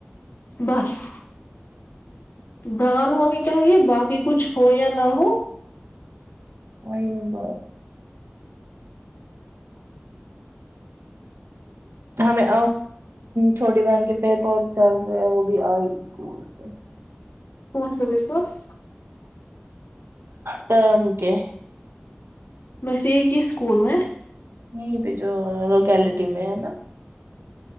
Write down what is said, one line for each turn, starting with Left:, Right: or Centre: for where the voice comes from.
Left: بس ڈان ہونی چاہیے باقی کچھ ہو یا نہ ہو
Right: وم ب ہمیں چھوٹی بہن کے پیپر چل رہے ہیں وہ بھی آئی اسکول سے
Left: پانچاں بج سس
Right: ٹرم کے
Left: میںسے ایک کہ اسکول میں
Right: یہیں جو لوکیلٹی میں ہے نا